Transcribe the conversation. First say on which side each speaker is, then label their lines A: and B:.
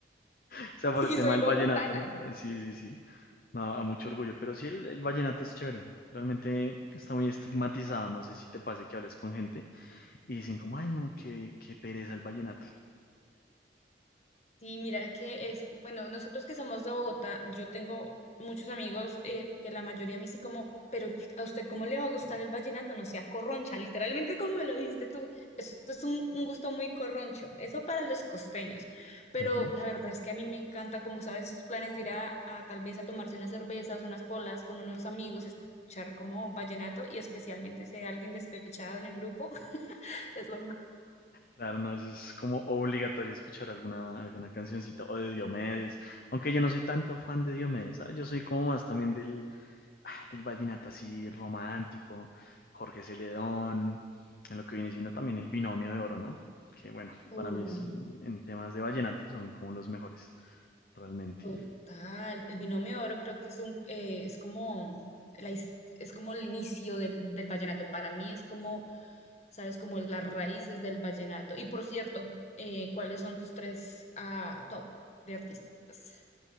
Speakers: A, on the left; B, on the left.
A: O sea, por
B: <laughs> y
A: el tema
B: soy
A: del
B: bogotana.
A: vallenato, ¿no? Eh, Sí, sí, sí. No, a mucho orgullo. Pero sí, el, el vallenato es chévere. Realmente está muy estigmatizado. No sé si te pase que hables con gente y dicen como, ay, no, qué, qué pereza el vallenato.
B: Sí, mira que es, bueno, nosotros que somos de Bogotá, yo tengo muchos amigos eh, que la mayoría me dicen como, pero a usted cómo le va a gustar el vallenato, no sea corroncha, literalmente como me lo dijiste tú, eso es un, un gusto muy corroncho, eso para los costeños, pero
A: Ujú.
B: la verdad es que a mí me encanta, como sabes, esos planes de ir a, a tal vez a tomarse unas cervezas, unas polas con unos amigos, escuchar como vallenato y especialmente si hay alguien despechado en el grupo, <laughs> es lo mismo.
A: Claro, no, eso es como obligatorio escuchar alguna, alguna cancioncita o de Diomedes. Aunque yo no soy tanto fan de Diomedes, ¿sabes? Yo soy como más también del, ah, del vallenato así romántico, Jorge Celedón, en lo que viene siendo también el binomio de oro, ¿no? Que bueno,
B: Uy.
A: para mí es- en temas de vallenato son como los mejores, realmente.
B: Total, el binomio de oro creo que es un eh, es como la his- es como el inicio del, del vallenato. Para mí es como, sabes, como es las raíces del vallenato. Y por cierto, eh, ¿cuáles son tus tres ah, top de artistas?